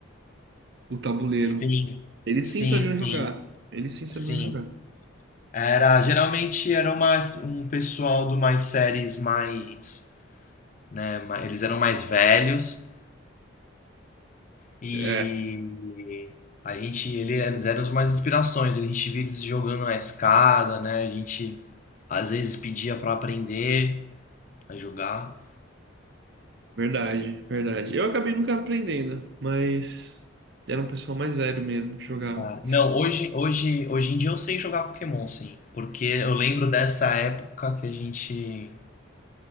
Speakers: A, on the right (about 55°); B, on the left (about 35°).
A: o tabuleiro.
B: Sim,
A: Eles
B: sim,
A: sim sabiam
B: sim,
A: jogar. Eles sim sabiam
B: sim.
A: jogar.
B: Era, geralmente era mais um pessoal de umas séries mais, né, ma- eles eram mais velhos e
A: É,
B: a gente, ele, eles eram as mais inspirações, a gente via eles jogando na escada, né, a gente às vezes pedia pra aprender a jogar.
A: Verdade, verdade. Eu acabei nunca aprendendo, mas era um pessoal mais velho mesmo que jogava.
B: Ah, Não, hoje, hoje, hoje em dia eu sei jogar Pokémon, sim, porque eu lembro dessa época que a gente